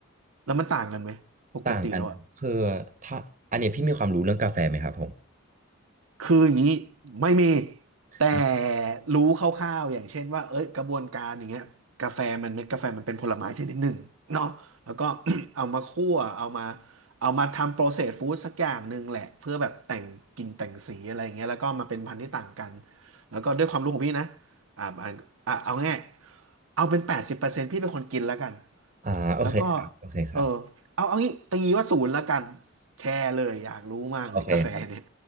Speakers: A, on the right; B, on the right.
A: แล้วมันต่างกันไหมปกติแล้วอะ
B: ต่างกันครับคือถ้าอันเนี้ยพี่มีความรู้เรื่องกาแฟไหมครับผม
A: คืออย่างนี้ไม่มีแต่
B: อ่ะ
A: รู้คร่าวๆอย่างเช่นว่าเอ้ยกระบวนการอย่างเงี้ยกาแฟมันเม็ดกาแฟมันเป็นผลไม้ชนิดหนึ่งเนาะแล้วก็ <clears throat> เอามาคั่วเอามาเอามาทำโปรเซสฟู้ดสักอย่างหนึ่งแหละเพื่อแบบแต่งกลิ่นแต่งสีอะไรอย่างเงี้ยแล้วก็มาเป็นพันธุ์ที่ต่างกันแล้วก็ด้วยความรู้ของพี่นะอ่าอ่าอ่าเอาง่ายเอาเป็นแปดสิบเปอร์เซ็นต์พี่เป็นคนกินแล้วกัน
B: อ่าโอเคครับโอเคครับ
A: แล้วก็เออเอาเอางี้ตีว่าศูนย์แล้วกันแชร์เลยอยากรู้มากเลยกาแฟเนี่ย
B: โอเคครับ